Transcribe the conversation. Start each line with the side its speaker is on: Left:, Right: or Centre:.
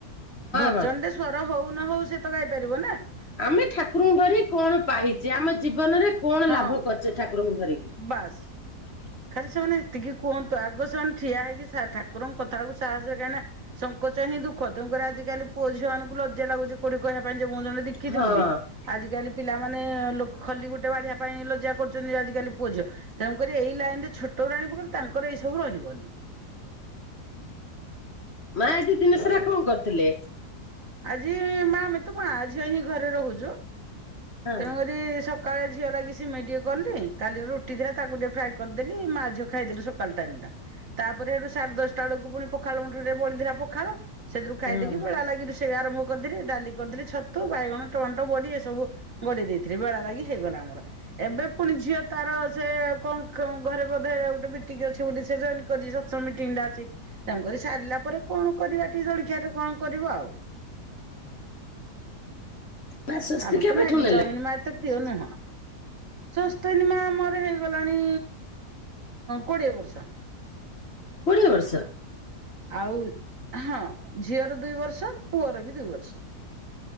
Right: ଭଜନରେ
Left: ହଁ।
Right: ସ୍ୱର ହଉ । ନହଉ ସେ ତ ଗାଇପାରିବ ନା ।
Left: ଆମେ ଠାକୁରଙ୍କୁ ଧରି କଣ ପାଇଛେ ଆମ ଜୀବନରେ କଣ
Right: ହଁ
Left: ଲାଭ କରିଛେ । ଛେ ଠାକୁରଙ୍କୁ ଧରିକି ।
Right: ବାସ୍ ଖାଲି ସେମାନେ ଏତିକି କୁହନ୍ତୁ ଆଗ ସେମାନେ ଠିଆ ହେଇକି ସା ଠା ଠାକୁରଙ୍କ କଥାଟାକୁ ସାହାସ କାହିଁକନା ସଙ୍କୋଚ ହିଁ ଦୁ ଖ ତେଣୁ। କରି ଆଜି କାଲି ପୁଅ, ଝିଅ ମାନଙ୍କୁ । ଲଜ୍ୟା ଲାଗୁଚି କଉଠି କହିୟାକୁ । ମୁଁ ଜଣେ ଦେଖିତ୍
Left: ହଁ।
Right: ବୋଲି ଆଜିକାଲି । ପିଲାମାନେ ଲୋକ ଖଲି ଗୋଟେ ବାଢିବା ପାଇଁ ଲଜା କରୁଛି। ଆଜିକାଲି ପୁଅ, ଝିଅ ତେଣୁ କରି ଏଇଲାଇନ ପ <inaudible> ତାଙ୍କର ଏଇ ସବୁ ରହିବନି।
Left: ମା ଆଜିି ଦିନେସାରା କଣ କରୁଥିଲେ।
Right: ଆଜି, ଏ ମା ଆମେତ ମାଆ ଝିଅ ହିଁ ଘରେ ରହୁଛୁ।
Left: ହଁ
Right: ତେଣୁ ରି ସ ସକାଳେ ଝିଅ ଲାଗି ସିମେଇ ଟିକେ କଲି କାଲିର ରୁଟି ଥିଲା ତାକୁ ଟିକେ ଫ୍ରା ଏ କରିଦେଲି ମା, ଝିଅ ଖାଇଦେଲୁ ସକାଳ ଟାଇମ ଟା ତାପରେ ସେଠୁ ସାଢେ ଦଶଟା ବେଳକୁ ପୁଣି ପଖାଳ ମୁଠେ ମୁଠେ ଟେ ବଳିଥିଲା ପଖାଳ ସେଥିରୁ ଖାଇଦକି
Left: ହଁ।
Right: ବେଳା ଲାଗି ରୁଷ ସେ ଆରମ୍ଭ କରିଦେଲି ଡାଲି କରିଦେଲି ଛତୁ ବାଇଗଣ ଟମାଟୋ ବଢ଼ି ଏ ସବୁ ଗଡିଇ ଦେଇଥିଲି ଭୋଳା ଲାଗି ହେଇଗଲା ମୋର ଏବେ ପୁଣି ଝିଅ ତାର ସେ କଣ ଘରେ ବୋଧ ଗୋଟେ ମିଟିଙ୍ଗ ଅଛି ବୋଲି ସେ ଜଏନ୍ କରି ମିଟିଙ୍ଗ ଟା ଅଛି ତେଣୁକରି ସାରିଲା ପରେ କଣ କରିବା ଟିକେ ଜଳଖିଆ ଟିକେ କଣ କରିବ ଆଉ
Left: ମା ସ୍ୱସ୍ତି
Right: ଆମେ
Left: କେବେଠୁ
Right: ତ ମ୍ୟାଗି
Left: ନେଲେ?
Right: ଚାଉମିନ ମା ଏତେ ପ୍ରିୟ ନୁହଁ ସ୍ୱସ୍ତିନ ମା ଆମର ହେଇଗଲାଣି କୋଡ଼ିଏ ବର୍ଷ।
Left: କୋଡ଼ିଏ ବର୍ଷ।
Right: ଆଉ ହଁ ଝିଅର ଦୁଇ ବର୍ଷ ପୁଅର ବି ଦୁଇ ବର୍ଷ।